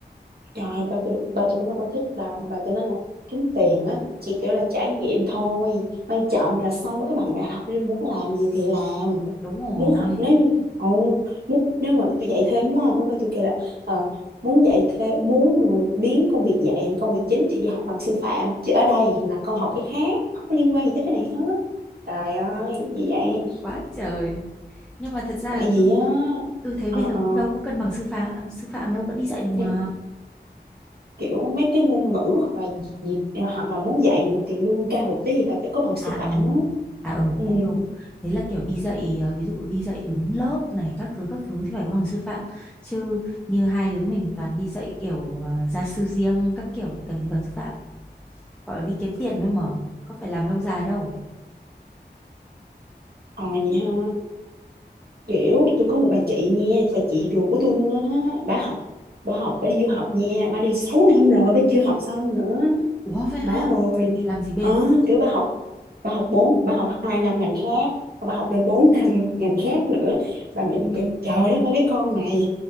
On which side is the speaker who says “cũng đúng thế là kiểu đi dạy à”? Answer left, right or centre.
Centre